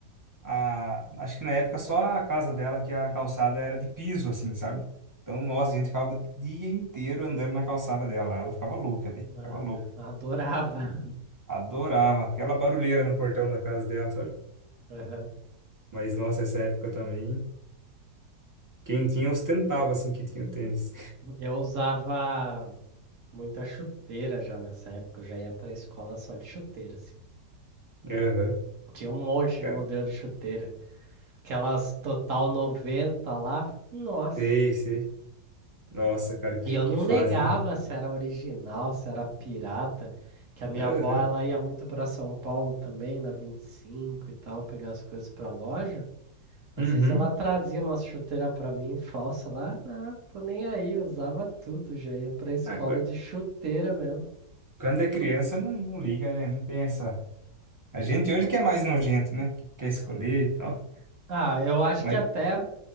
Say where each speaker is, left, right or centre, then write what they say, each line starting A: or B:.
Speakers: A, on the right; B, on the right.
A: a, acho que na época só a casa dela que a calçada era de piso, assim, sabe? Então, nossa, a gente ficava o dia inteiro andando na calçada dela. Ela ficava louca, velho.
B: Ah,
A: Ficava louca.
B: adorava. <laughs>
A: Adorava aquela barulheira no portão da casa dela, sabe?
B: Aham.
A: Mas, nossa, essa época também. Quem tinha ostentava, assim, que tinha o tênis.
B: Eu usava muita chuteira já nessa época. Eu já ia pra escola só de chuteira, assim.
A: <laughs> Aham.
B: Tinha um monte de
A: Cara,
B: modelo de chuteira. Aquelas Total 90 lá. Nossa,
A: sei, sei. Nossa, cara, que,
B: E eu
A: que
B: não
A: fase,
B: ligava
A: né?
B: se era original, se era pirata, que a minha
A: Aham.
B: avó ela ia muito para São Paulo também, na 25 e cinco e tal, pegar as coisas para loja. Às
A: Uhum.
B: vezes ela trazia uma chuteira para mim falsa lá, ah, tô nem aí, eu usava tudo, já ia para escola
A: Ah, qu-
B: de chuteira mesmo.
A: quando é criança, não, não liga, né? Não tem essa. A gente hoje que é mais nojento, né? Quer escolher e tal.
B: Ah, eu acho
A: Mas,
B: que até